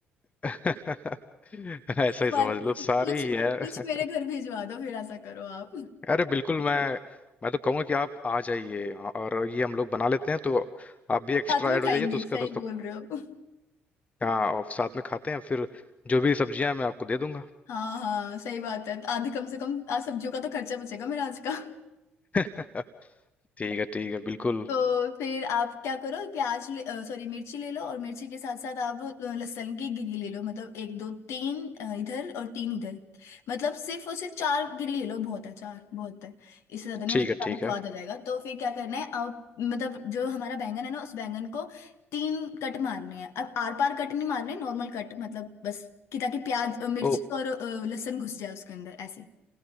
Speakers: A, on the left; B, on the left.
A: है
B: तुम्हारे
A: <laughs> ऐसा ही समझ लो
B: कुछ
A: सारी ही है
B: कुछ
A: <laughs>
B: मेरे घर भिजवा दो फिर ऐसा करो आप
A: अरे बिल्कुल मैं मैं तो कहूंगा कि आप आ जाइए और ये हम लोग बना लेते हैं तो आप भी एक्स्ट्रा
B: साथ में
A: ऐड
B: खाएंगे
A: हो जाइए तो उसके
B: सही
A: बाद सब
B: बोल रहे हो
A: हाँ और साथ में खाते हैं फिर जो भी सब्जियां हैं, मैं आपको दे दूंगा
B: हाँ हाँ सही बात है आधे कम से कम आज सब्जियों का तो खर्चा बचेगा मेरा आज का
A: <laughs> ठीक है ठीक है बिल्कुल
B: तो फिर आप क्या करो प्याज ले सॉरी मिर्ची ले लो और मिर्ची के साथ साथ आप अ, लहसुन की गिरी ले लो मतलब एक दो तीन अ, इधर और तीन इधर मतलब सिर्फ और सिर्फ चार गिरी ले लो बहुत है चार बहुत है इससे ज्यादा नहीं
A: ठीक
B: होता
A: है
B: तो खाना
A: ठीक
B: स्वाद आ जाएगा तो फिर क्या करना है आप मतलब जो हमारा बैंगन है ना उस बैंगन को तीन कट मारने हैं अब आर पार कट नहीं मारने नॉर्मल कट मतलब बस कि ताकि प्याज अ, मिर्ची
A: है
B: और अ, लहसुन घुस जाए उसके अंदर ऐसे